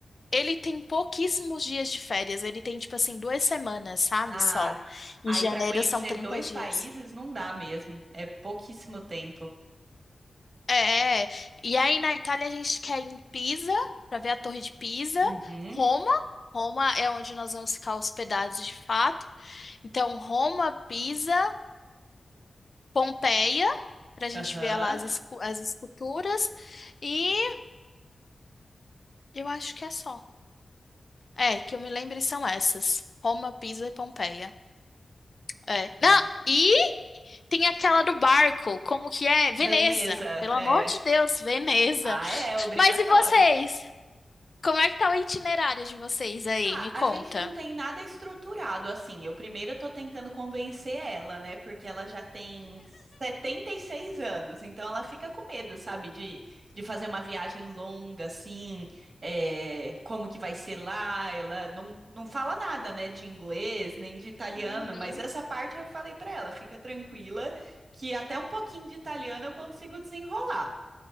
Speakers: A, on the left; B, on the right.
A: ele tem pouquíssimos dias de férias, ele tem tipo assim duas semanas, sabe?
B: Ah,
A: Só. Em
B: aí
A: janeiro
B: para conhecer
A: são 30
B: dois
A: dias.
B: países não dá mesmo, é pouquíssimo tempo.
A: É, e aí na Itália a gente quer ir em Pisa, para ver a Torre de Pisa,
B: Uhum.
A: Roma. Roma é onde nós vamos ficar hospedados de fato. Então, Roma, Pisa. Pompeia, pra gente
B: Aham.
A: ver lá as, escu- as esculturas. E eu acho que é só. É, que eu me lembre são essas: Roma, Pisa e Pompeia. É.
B: Hum.
A: Não, e tem aquela do barco, como que é? Veneza.
B: Veneza,
A: Pelo
B: é.
A: amor de Deus, Veneza.
B: Ah, é obrigatório.
A: Mas e vocês? Como é que tá o itinerário de vocês aí?
B: Ah,
A: Me
B: a
A: conta.
B: gente não tem nada estruturado assim. Eu primeiro tô tentando convencer ela, né? Porque ela já tem 76 anos, então ela fica com medo, sabe? De, de fazer uma viagem longa, assim, é, como que vai ser lá. Ela não, não fala nada, né? De inglês, nem de italiano,
A: Uhum.
B: mas essa parte eu falei pra ela, fica tranquila, que até um pouquinho de italiano eu consigo desenrolar.